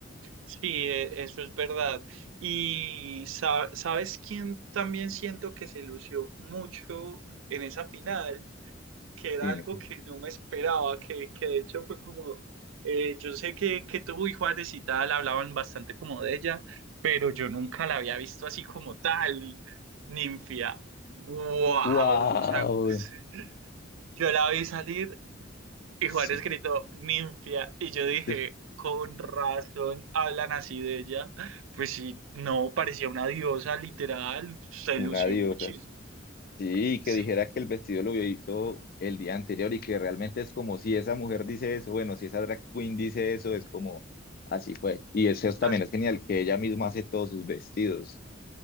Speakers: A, on the right; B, on the left.
A: Sí, e- eso es verdad. Y sa- sabes quién también siento que se lució mucho en esa final, que era
B: Dime,
A: algo que no me esperaba, que, que de hecho fue como, eh, yo sé que, que tú y Juárez y tal hablaban bastante como de ella, pero yo nunca la había visto así como tal, Ninfia. ¡Wow!
B: wow,
A: O sea, <laughs> yo la vi salir y
B: Sí.
A: Juan escrito ninfia. Y yo dije,
B: sí,
A: con razón hablan así de ella. Pues sí, no, parecía una diosa literal. Se
B: una
A: lució
B: diosa.
A: muchísimo.
B: Sí,
A: Sí,
B: que dijera que el vestido lo hizo el día anterior y que realmente es como si esa mujer dice eso, bueno, si esa drag queen dice eso, es como así fue. Y eso es- también
A: así-
B: es genial, que ella misma hace todos sus vestidos,